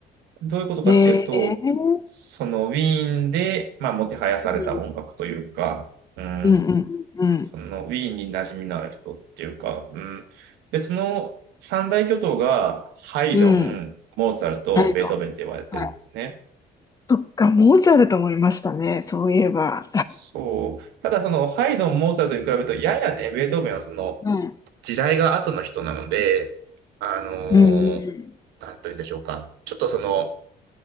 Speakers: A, on the right; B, on the left.
A: どういうことかっていうと、
B: ええう
A: そのウィーンで、まあ、もてはやされた音楽というか、
B: ん
A: うん、
B: うんうんうんうん。
A: その、ウィーンに馴染みのある人っていうか、うん。で、その三大巨頭が、ハイドン、
B: うん。
A: モーツァルト、
B: あれ
A: ベートーベンって言われてるんですね。
B: はい。とか、モーツァルトもいましたね、そういえば。
A: そう。ただ、その、ハイドン、モーツァルトに比べると、ややね、ベートーベンはその、
B: うん。
A: 時代が後の人なので、あの
B: うんうんう
A: ー、なんというんでしょうか。ちょっとその、